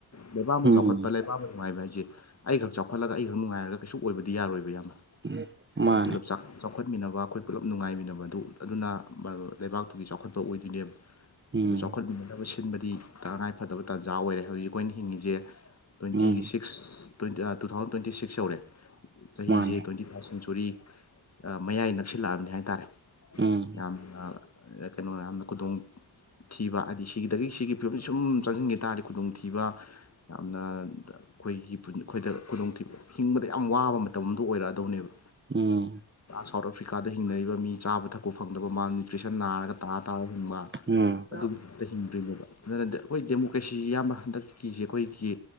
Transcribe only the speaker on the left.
ꯂꯩꯕꯥꯛ ꯑꯃ
ꯆꯥꯎꯈꯠꯄ ꯂꯩꯕꯥꯛ ꯑꯃ ꯅꯨꯡꯉꯥꯏꯕ ꯍꯥꯏꯁꯦ ꯑꯩꯈꯛ ꯆꯥꯎꯈꯠꯂꯒ ꯑꯩꯈꯛ ꯅꯨꯡꯉꯥꯏꯔꯒ ꯀꯩꯁꯨ ꯑꯣꯏꯕꯗꯤ ꯌꯥꯔꯣꯏꯕ ꯏꯌꯥꯝꯕ
ꯑꯩꯈꯣꯏ ꯄꯨꯜꯂꯞ ꯆꯥꯛ ꯆꯥꯎꯈꯠꯃꯤꯟꯅꯕ ꯑꯩꯈꯣꯏ ꯄꯨꯜꯂꯞ ꯅꯨꯡꯉꯥꯏꯃꯤꯟꯅꯕ ꯑꯗꯨ ꯑꯗꯨꯅ ꯂꯩꯕꯥꯛꯇꯨꯒꯤ ꯆꯥꯎꯈꯠꯄ ꯑꯣꯏꯗꯣꯏꯅꯦꯕ
ꯑꯗꯨ ꯆꯥꯎꯈꯠꯃꯤꯟꯅꯅꯕ ꯁꯤꯟꯕꯗꯤ ꯇꯉꯥꯏꯐꯗꯕ ꯇꯥꯟꯖꯥ ꯑꯣꯏꯔꯦ ꯍꯧꯖꯤꯛ ꯑꯩꯈꯣꯏꯅ ꯍꯤꯡꯉꯤꯁꯦ ꯇ꯭ꯋꯦꯟꯇꯤꯒꯤ
six twenty two thousand twenty six ꯌꯧꯔꯦ ꯆꯍꯤꯁꯦ
ꯇ꯭ꯋꯦꯟꯇꯤ ꯂꯥꯏꯐ ꯁꯦꯟꯆꯨꯔꯤ ꯃꯌꯥꯏ ꯅꯛꯁꯤꯜꯂꯛꯑꯕꯅꯤ ꯍꯥꯏꯇꯥꯔꯦ
ꯌꯥꯝꯅ__ ꯀꯩꯅꯣ ꯌꯥꯝꯅ ꯈꯨꯗꯣꯡ ꯊꯤꯕ ꯍꯥꯏꯗꯤ ꯁꯤꯒꯤꯗꯒꯤ ꯁꯤꯒꯤ ꯐꯤꯕꯝꯁꯤ ꯁꯨꯝ ꯆꯪꯁꯤꯟꯈꯤ ꯇꯥꯔꯗꯤ ꯈꯨꯗꯣꯡꯊꯤꯕ꯫ ꯌꯥꯝꯅ ꯑꯩꯈꯣꯏꯒꯤ꯫ ꯑꯩꯈꯣꯏꯗ ꯈꯨꯗꯣꯡꯊꯤꯕ ꯍꯤꯡꯕꯗ ꯌꯥꯝ ꯋꯥꯕ ꯃꯇꯝꯗꯨ ꯑꯣꯏꯔꯛꯑꯗꯧꯅꯦꯕ꯫
ꯁꯥꯎꯠ ꯑꯐ꯭ꯔꯤꯀꯥꯗ ꯍꯤꯡꯅꯔꯤꯕ ꯃꯤ ꯆꯥꯕ ꯊꯛꯄ ꯐꯪꯗꯕ ꯃꯥꯜꯅ꯭ꯌꯨꯇ꯭ꯔꯤꯁꯟ ꯅꯥꯔꯒ ꯇꯥꯔ ꯇꯥꯔ ꯍꯤꯡꯕ꯫
ꯑꯗꯨꯝ ꯆꯩꯁꯤꯟꯗ꯭ꯔꯤꯅꯦꯕ꯫ ꯑꯗꯨꯅ ꯑꯩꯈꯣꯏ ꯗꯦꯃꯣꯀ꯭ꯔꯦꯁꯤꯁꯤ ꯏꯌꯥꯝꯕ ꯍꯟꯗꯛꯀꯤꯁꯤ ꯑꯩꯈꯣꯏꯒꯤ